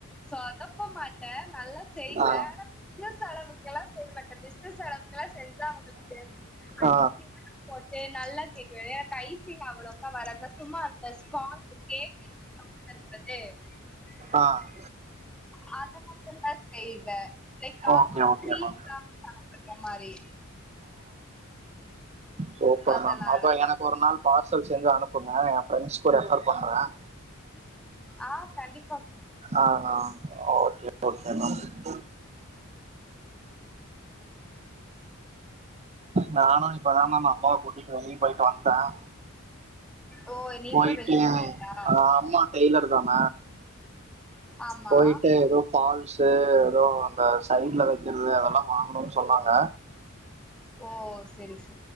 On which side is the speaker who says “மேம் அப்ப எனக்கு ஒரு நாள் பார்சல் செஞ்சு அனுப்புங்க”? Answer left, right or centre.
Right